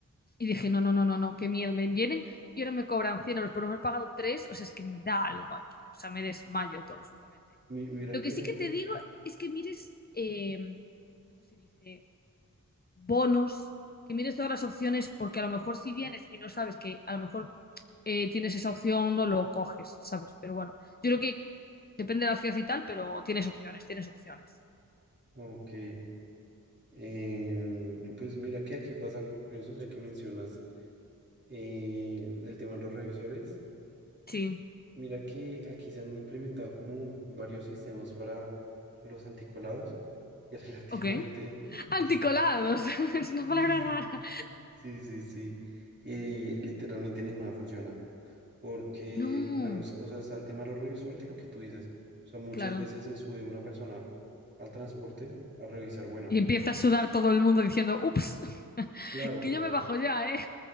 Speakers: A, on the left; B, on the right.
A: Y dije, no, no, no, no, no, qué miedo, me vienen y ahora me cobran 100 euros por haber pagado tres o sea, es que me da algo aquí, o sea, me desmayo todo absolutamente.
B: Mi- mira
A: Lo
B: que,
A: que sí que te digo es que mires, eh, ¿cómo se dice? Bonos, que mires todas las opciones, porque a lo mejor si vienes y no sabes que a lo mejor eh, tienes esa opción, no lo coges, ¿sabes? Pero bueno, yo creo que depende de la ciudad y tal, pero tienes opciones, tienes opciones.
B: ok, em, pues mira que aquí pasa algo curioso ya que mencionas eh, el tema de los revisores.
A: Sí,
B: Mira que aquí se han implementado como varios sistemas para los anticolados y relativamente,
A: ok. Anticolados,
B: <laughs>
A: <laughs> es una
B: y
A: palabra rara.
B: Sí, sí, sí. Eh, literalmente ninguna funciona. Porque,
A: No,
B: bueno, s- o sea, está el tema de los revisores, lo que tú dices. O sea, muchas
A: claro.
B: veces se sube una persona al transporte a revisar. Bueno,
A: Y empieza a sudar todo el mundo diciendo, ups, <laughs>
B: claro,
A: que yo me bajo ya, ¿eh?